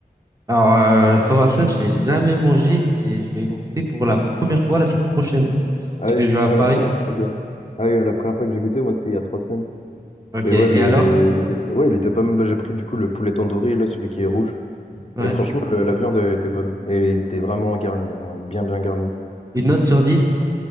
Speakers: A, on the right; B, on the left.
A: Alors, euh, le 129, j'ai jamais mangé et je vais goûter
B: Oh.
A: pour la première fois la semaine prochaine.
B: Ah
A: Parce
B: oui,
A: que je vais à
B: ouais,
A: Paris.
B: la première fois. ok. Ah oui, la première fois que j'ai goûté, moi, c'était il y a trois semaines.
A: Ok.
B: Et
A: Et
B: ouais, le,
A: alors?
B: il était, ouais, il était pas mal. bah, J'ai pris du coup le poulet tandoori, là, celui qui est rouge.
A: Ouais.
B: Et franchement, le- la viande, elle était bonne. Et il était vraiment garni, hein, bien, bien garni.
A: Une note sur dix,